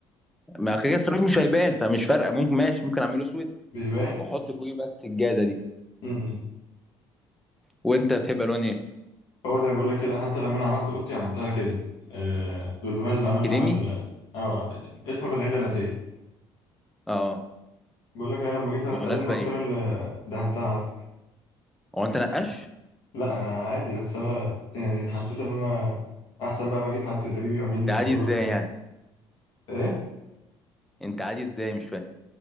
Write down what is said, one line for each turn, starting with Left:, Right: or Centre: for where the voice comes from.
Centre: ما كده كده السيراميك مش هيبان فمش فارقه ممكن ماشي ممكن اعمله اسود
Left: بيبان
Centre: واحط فوقيه بقى السجاده دي
Left: امم
Centre: وانت بتحب الوان ايه
Left: هو زي ما بقول لك كده حتى لما انا عملت اوضتي عملتها كده آه بالمناسبه انا اللي
Centre: كريمي
Left: عامل اه آه، اسمه فانيلا لاتيه
Centre: اه
Left: بقول لك انا لما جيت ادهن
Centre: بالمناسبه
Left: اوضتي
Centre: ايه
Left: انا اللي دهنتها
Centre: هو انت نقاش
Left: لا انا عادي بس انا يعني حسيت ان انا احسن بقى ما اجيب حد غريب يعمل
Centre: انت
Left: لي
Centre: عادي
Left: الاوضه
Centre: ازاي
Left: وبتاع
Centre: يعني
Left: ايه
Centre: انت عادي ازاي مش فاهم